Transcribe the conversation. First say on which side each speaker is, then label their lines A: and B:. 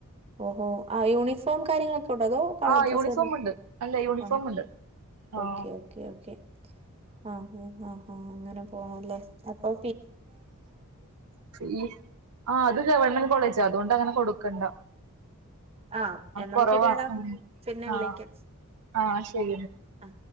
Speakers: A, on the right (about 25°); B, on the right (about 80°).
A: ഓഹോ ആഹ് യൂണിഫോം കാര്യങ്ങളൊക്കെ ഉണ്ടോ അതോ കളർ
B: ആഹ്
A: ഡ്രസ്സ്
B: യൂണിഫോം
A: തന്നെ
B: ഉണ്ട് അല്ല യൂണിഫോം
A: ആഹ്
B: ഉണ്ട് ആഹ്
A: ഓക്കെ ഓക്കെ ഓക്കെ ആഹ് ആഹ് അങ്ങനെ പോണല്ലേ അപ്പം
B: ഫീസ് ആഹ് അത് ഗവൺമെന്റ് കോളേജാ അതുകൊണ്ട് അങ്ങനെ കൊടുക്കണ്ട
A: ആഹ് എന്നാ
B: കൊറവാ
A: ശരിയാടാ
B: ഉം
A: പിന്നെ
B: ആഹ്
A: വിളിക്കാം
B: ആഹ് ശരി
A: ആ